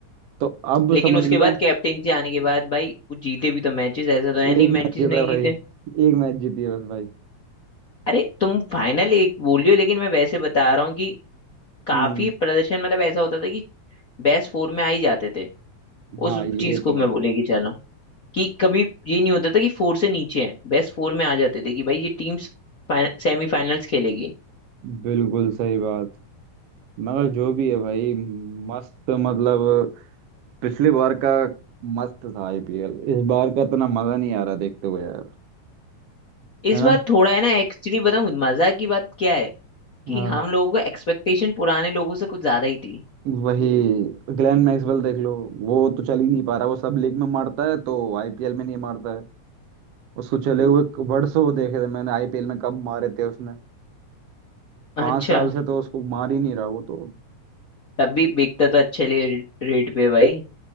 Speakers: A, on the right; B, on the left.
A: तो अब
B: लेकिन
A: समझ
B: उसके
A: लो
B: बाद कैप्टेंसी आने के बाद भाई वो जीते भी तो मैचेस ऐसा तो है नहीं
A: एक
B: मैचेस
A: मैच जीता
B: नहीं
A: है भाई
B: जीते
A: एक मैच जीती है बस भाई
B: अरे तुम फाइनल एक बोलियो लेकिन मैं वैसे बता रहा हूँ कि काफी
A: हम्म
B: प्रदर्शन मतलब ऐसा होता था कि बेस्ट फोर में आ ही जाते थे
A: हाँ
B: उस
A: ये
B: चीज
A: तो
B: को मैं
A: है
B: बोले कि चलो कि कभी ये नहीं होता था कि फोर से नीचे है बेस्ट फोर में आ जाते थे कि भाई ये टीम्स सेमीफाइनल्स खेलेगी
A: बिल्कुल सही बात मगर जो भी है भाई मस्त मतलब पिछले बार का मस्त था आईपीएल इस बार का इतना मजा नहीं आ रहा देखते हुए यार
B: इस
A: है ना
B: बार थोड़ा है ना एक्चुअली बताऊं मजा की बात क्या है कि
A: हाँ
B: हम लोगों का एक्सपेक्टेशन पुराने लोगों से कुछ ज्यादा ही थी
A: वही ग्लेन मैक्सवेल देख लो वो तो चल ही नहीं पा रहा वो सब लीग में मारता है तो आईपीएल में नहीं मारता है उसको चले हुए वर्षों देखे थे मैंने आईपीएल में कब मारे थे उसने
B: अच्छा
A: पांच साल से तो उसको मार ही नहीं रहा वो तो
B: तब भी बिकता तो अच्छे ले रेट पे भाई